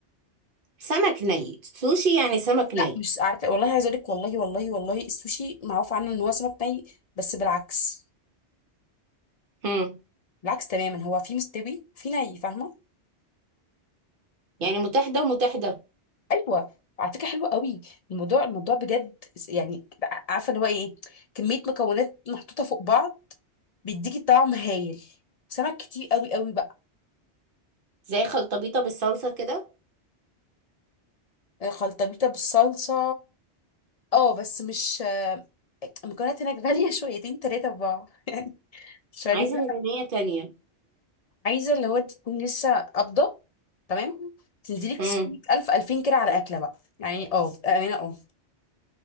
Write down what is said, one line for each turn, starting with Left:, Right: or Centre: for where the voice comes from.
Right: سمك ني سوشي يعني سمك
Left: لا
Right: ني
Left: مش عارفه والله عايزه اقول لك والله والله والله السوشي معروف عنه ان هو سمك ني بس بالعكس
Right: هم.
Left: بالعكس تماما هو في مستوي في ني فاهمه
Right: يعني متاح ده ومتاح ده
Left: ايوه على فكره حلوه قوي الموضوع الموضوع بجد يعني عارفه اللي هو ايه كميه مكونات محطوطه فوق بعض بيديكي طعم هايل سمك كتير قوي قوي بقى
Right: زي خلطبيطة بالصلصة كده
Left: آه، خلطبيطه بالصلصه اه بس مش المكونات هناك غاليه <laughs> شويتين ثلاثه في بعض <laughs> يعني شويتين
Right: عايزة ميزانية تانية
Left: عايزه اللي هو انت تكون لسه قابضه تمام تنزلي تصرفي
Right: مم.
Left: ألف ألفين كده على أكلة بقى يعني اه بأمانة اه